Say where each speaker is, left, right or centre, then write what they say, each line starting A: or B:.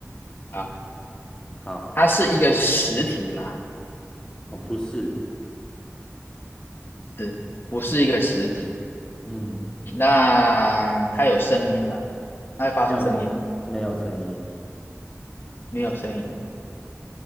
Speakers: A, on the left; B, on the left.
A: 啊，
B: 好，
A: 它是一个实体吗？
B: 哦，不是，
A: 是，不是一个实体？
B: 嗯，
A: 那它有声音吗？它会发出声音吗？
B: 没有，没有声音，
A: 没有声音。